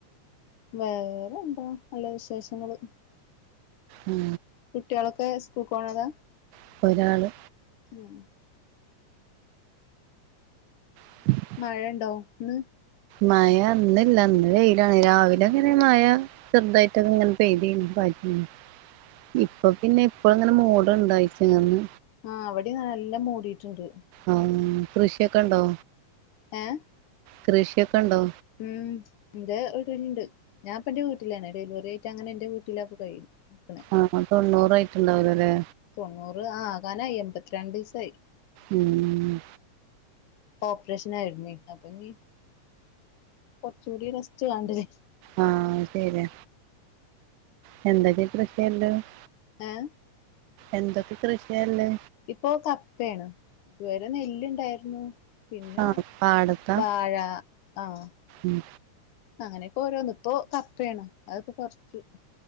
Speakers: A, on the left; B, on the right.
A: വേറെ എന്താ നല്ല വിശേഷങ്ങള്
B: ആഹ്
A: കുട്ടിയോളൊക്കെ സ്കൂള്ക്ക് പോണതാ
B: ഇപ്പൊരാള്
A: മ്മ്
B: <inaudible>
A: മഴണ്ടോ ഇന്ന്
B: മയ ഇന്നില്ല ഇന്ന് വെയിലാണ് രാവിലെ ഇങ്ങനെ മയ ചെർതായ്ട്ടൊന്ന് ഇങ്ങനെ പെയ്തീനി പാറ്റീനി
A: <inaudible>
B: ഇപ്പൊ പിന്നെ ഇപ്പോ അങ്ങനെ മൂട്ണ്ട് അയ്ച്ച്ങ്ങന്ന്
A: ആഹ് ഇവ്ടിം നല്ല മൂടിട്ട്ണ്ട്
B: ആഹ് കൃഷിക്കെ ഉണ്ടോ
A: ഏഹ്
B: കൃഷിയൊക്കെ ഉണ്ടോ
A: മ്മ് ൻ്റെ വീട്ടിലുണ്ട് ഞാൻ ഇപ്പന്റെ വീട്ടിലാണ് ഡെലിവറി ആയിറ്റ് അങ്ങനെ എന്റെ വീട്ടിലാ കഴിയണെ നിക്കണെ
B: ആഹ് തൊണ്ണൂറ് ആയിട്ടുണ്ടാവില്ല അല്ലേ
A: തൊണ്ണൂറ് ആഹ് ആകാനായി എൺമ്പത്തിരണ്ട് ദിവസായി
B: മ്മ്
A: ഓപ്പറേഷന് ആയിരുന്നു അപ്പൊ ഇനി കൊറച്ചുകൂടി റെസ്റ്റ് വേണ്ടേ
B: ആഹ് അതെല്ലേ <inaudible>
A: ഏഹ്
B: എന്തൊക്കെ കൃഷിയാ ഉള്ളേ
A: ഇപ്പൊ കപ്പയാണ് ഇതുവരെ നെല്ല്ണ്ടായിരുന്നു പിന്നെ
B: ആഹ് പാടത്താ
A: വാഴ ആഹ്
B: ഉം
A: അങ്ങനെയൊക്കെ ഓരോന്ന് ഇപ്പോ കപ്പയാണ് അതിപ്പോ കൊറച്ചു